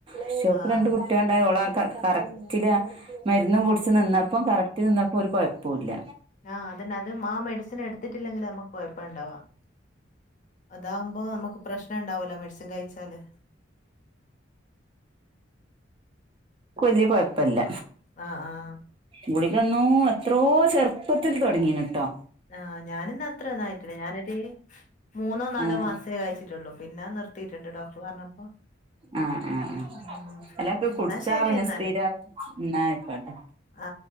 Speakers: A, on the right (about 30°); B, on the left (about 40°).
A: പക്ഷേ ഒപ്പോ
B: ആഹ്
A: രണ്ട് കുട്ടിയുണ്ടായള കറക്റ്റില് മരുന്നും കുടിച്ച് നിന്നപ്പം കറക്റ്റ് നിന്നപ്പോൾ ഒരു കുഴപ്പല്ല
B: ആ അതിനെ അത് ആ മെഡിസിൻ എടുത്തിട്ടില്ലെങ്കിൽ നമ്മുക്ക് കൊഴപ്പം ഉണ്ടാവാം അതാവുമ്പോ നമുക്ക് പ്രശ്ന മുണ്ടാകില്ല മെഡിസിൻ കഴിച്ചാല്
A: വലിയ കുഴപ്പല്ല
B: ആ ആ
A: ഗുളികന്നോ എത്രോ ചെറുപ്പത്തിൽ തുടങ്ങീന കേട്ടോ
B: ആ ഞാനിന്ന അത്ര ഒന്നായിട്ടില്ല ഞാനൊരു മൂന്നോ നാലോ
A: ആഹ്
B: മാസമേ കഴിച്ചിട്ടുള്ളൂ പിന്നെ നിർത്തിയിട്ടുണ്ട് ഡോക്ടർ പറഞ്ഞപ്പോ
A: ആ ആ ആ
B: ഉം
A: അല്ലപ്പോ കുടിച്ചാ
B: എന്നാ ശരി
A: പിന്നെ
B: എന്നാല്
A: സ്ഥിരമായിട്ട എന്ന ആയിക്കോട്ടെ
B: ആ